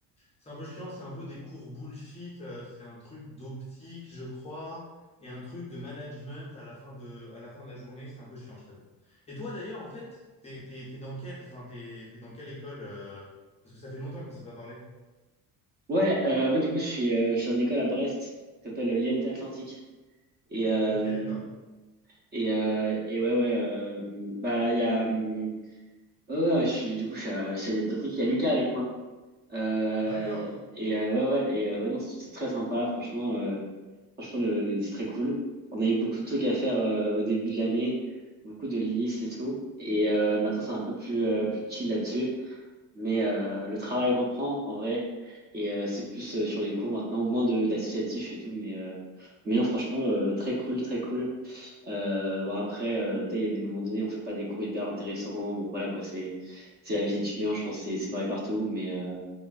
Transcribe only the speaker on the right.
Ouais, euh, moi du coup, je suis euh, je suis en école à Brest. qui s'appelle l'IMT Atlantique. Et euh,
Et, euh, et ouais, ouais, euh, bah, il y a, hum, ouais, ouais, je suis, du coup, je suis à, je suis à l'MTT, il y a Lucas avec moi. Euh,
et euh, ouais, ouais, et euh, ouais, non, c'est c'est très sympa, franchement, euh, franchement, le, le- c'est très cool. On a eu beaucoup de trucs à faire euh, au début de l'année, beaucoup de listes et tout. Et euh, maintenant, c'est un peu plus, euh, plus chill là-dessus. Mais euh, le travail reprend, en vrai. Et euh, c'est plus euh, sur les cours maintenant, moins de d'associatifs et tout. Mais, euh, mais non, franchement, euh, très cool, très cool. Euh, bon après, euh, tu sais, il y a des moments donnés, on fait pas des cours hyper intéressants. Bon voilà quoi, c'est c'est la vie d'étudiant, je pense, c'est c'est pareil partout. Mais euh,